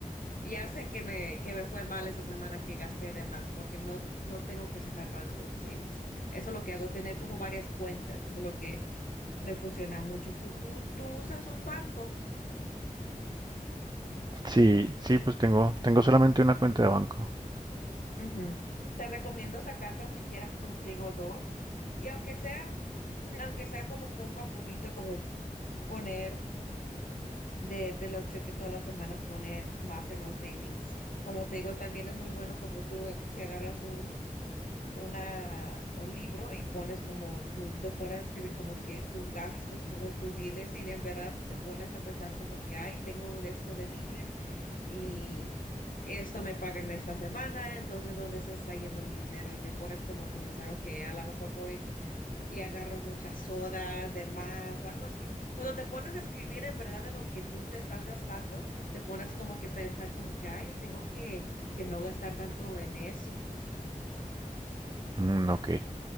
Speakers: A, on the left; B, on the right.
A: ya sé que me, que me fue mal esa semana que gasté de más porque no, no tengo que sacar nada de los savings. Eso es lo que hago, tener como varias cuentas. Eso es lo que me funciona mucho. Tú, tú, tú usas un banco.
B: Sí, sí, pues tengo, tengo solamente una cuenta de banco.
A: Ujú. Te recomiendo sacar tan siquiera, como te digo, dos. Y aunque sea, aunque sea como poco a poquito, como poner de, de los cheques todas las semanas, poner más en los savings. Como te digo, también es muy bueno como tú, eh, si agarras un una, un libro y pones como tus, te pones a escribir como que tus gastos, como tus biles y de en verdad te pones a pensar como que, ay, tengo de esto de biles y esto me pagan esta semana, entonces ¿dónde se está yendo mi dinero? Y te pones como a comenzar, ok, a lo mejor voy y agarro muchas sodas de más o algo así. Cuando te pones a escribir en verdad de lo que tú te estás gastando, te pones como que pensar como que, ay, tengo que, que no gastar tanto en eso.
B: Mm, ok.